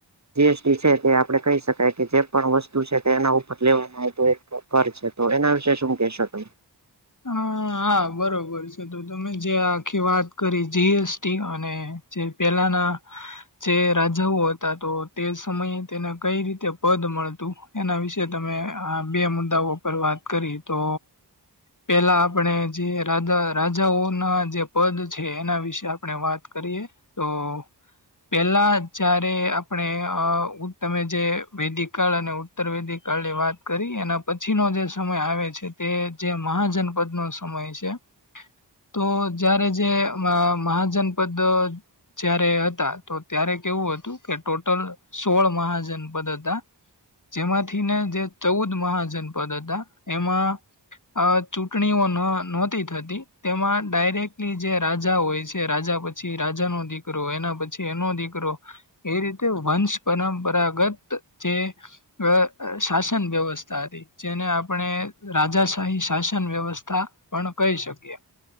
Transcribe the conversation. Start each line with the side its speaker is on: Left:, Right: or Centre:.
Right: જીએસટી છે તે આપડે કહી શકાય કે જે પણ વસ્તુ છે કે એના ઉપર લેવામાં આવ એક કર છે તો એના વિશે શું કેહેશો તમે
Left: હા હા બરોબર છે તો તમે જે આખી વાત કરી જીએસટી અને જે પેલાના જે રાજાઓ હતા તો તે સમયે તેને કઈ રીતે પદ મળતું એના વિશે તમે આ બે મુદ્દાઓ પર વાત કરી તો પેલા આપણે જે રાજા રાજાઓ ના જે પદ છે એના વિશે આપણે વાત કરીએ તો પેલા જયારે આપણે અ તમે જે વેદિક કાળ અને ઉત્તરર્વેદીક કાળ ની વાત કરી એના પછીનો જે સમય આવે છે તે જે મહાજનપદ નો સમય છે તો જયારે જે મહાજનપદ જયારે હતા તો ત્યારે કેવું હતું કે ટોટલ સોળ મહાજનપદ હતા જેમાંથીને જે ચૌદ મહાજનપદ હતા એમાં અ ચૂંટણીઓ ન નહોતી થતી તેમાં ડાયરેક્ટલી જે રાજા હોય છે રાજા બ પછી રાજા નો દીકરો એના પછી એનો દીકરો એ રીતે વંશ પરંપરાગત જે અ શાસન વ્યવસ્થા હતી જેને આપણે રાજા સાહી શાસન વ્યવસ્થા પણ કહી શકીએ